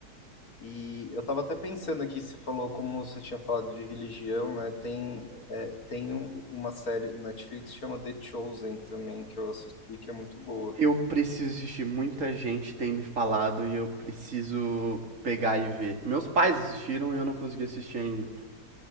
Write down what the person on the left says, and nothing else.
E eu tava até pensando aqui, você falou, como você tinha falado de religião, né? Tem, é, tem um- uma série no Netflix que chama The Chosen também, que eu assisti, que é muito boa.